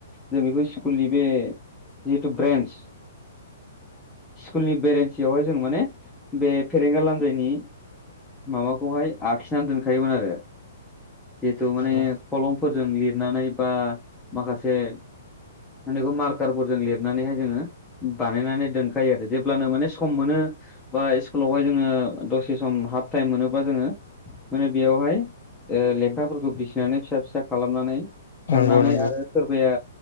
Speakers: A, in the centre; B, on the left.
A: जों बेखौ स्कुलनि बे जिहेथु ब्रेन्स। स्कुलनि बेरेन्सियावहाय जों माने बे फेरेंगा लानजायनि माबाखौहाय आखिनानै दोनखायोमोन आरो। जिहेतु माने
B: नंगौ
A: खलमफोरजों लिरनानै बा माखासे माहोनो बेखौ मार्कारफोरजों लिरनानैहाय जोङो बानायनानै दोनखायो आरो जेब्लानो माने सम मोनो बा स्कुलावहाय जोङो दसे सम हाफ टाइम मोनोबा जोङो माने बेवहाय ओ लेखाफोरखौ फिसिनानै फिसा फिसा खालामनानै खननानै
B: नंगौ नंगौ
A: आरो सोरबाया